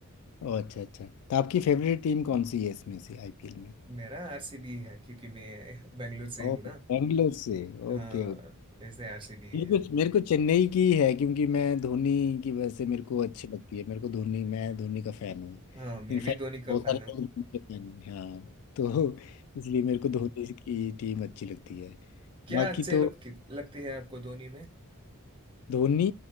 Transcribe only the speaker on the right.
मेरा आरसीबी है क्योंकि मैं <laughs> बेंगलुरु से हूँ
ना
हाँ
वैसे आरसीबी
है
हाँ मैं
भी धोनी का
फैन
हूँ
क्या
अच्छे
लग, लगती है आपको धोनी में